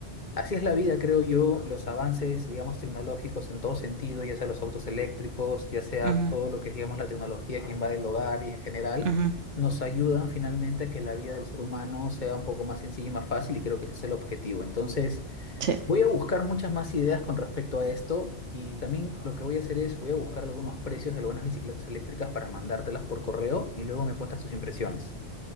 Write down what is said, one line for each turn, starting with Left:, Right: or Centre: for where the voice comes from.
Left: Así es la vida, creo yo, los avances, digamos, tecnológicos en todo sentido, ya sea los autos eléctricos, ya sea
Right: Ujú,
Left: todo lo que es, digamos, la tecnología que invade el hogar y en general,
Right: ujú,
Left: nos ayudan finalmente a que la vida del ser humano sea un poco más sencilla y más fácil y creo que ese es el objetivo. Entonces,
Right: sí.
Left: voy a buscar muchas más ideas con respecto a esto y también lo que voy a hacer es, voy a buscar algunos precios de algunas bicicletas eléctricas para mandártelas por correo y luego me cuentas tus impresiones.